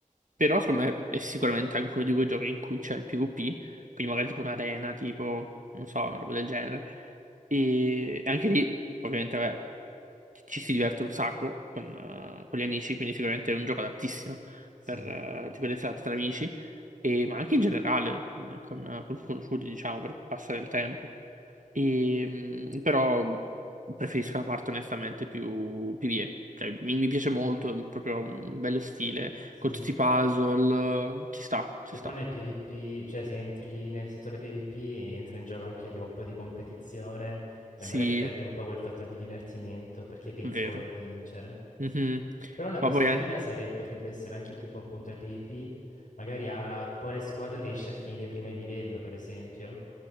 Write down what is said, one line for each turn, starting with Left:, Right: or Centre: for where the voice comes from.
Right: Però secondo me è sicuramente anche uno di quei giochi in cui c'è il PvP, quindi magari tipo un'arena, tipo, non so, una roba del genere. E anche lì, ovviamente, vabbè, ci si diverte un sacco con, eh, con gli amici, quindi sicuramente è un gioco adattissimo
Left: sì,
Right: per eh, tipo le serate tra amici, e- ma anche in generale eh, con, eh, con sconosciuti, diciamo, per passare il tempo. E, mm, però preferisco la parte onestamente più PvE. Cioè, mi, mi piace molto, è proprio un bello stile,
Left: sì,
Right: con tutti
Left: sì.
Right: i puzzle, eh, ci sta,
Left: Se
Right: ci sta.
Left: poi nel PvP, cioè se entri nel settore PvP, entra in gioco anche tipo un po' di competizione e
Right: Sì,
Left: magari perdi un po' quel fattore di divertimento perché pensi
Right: vero.
Left: a voler vincere.
Right: Mhm.
Left: Però una cosa
Right: Ma poi
Left: carina
Right: an-
Left: sare- potrebbe essere anche tipo appunto nel PvP, magari a quale squadra riesce a finire prima il livello, per esempio.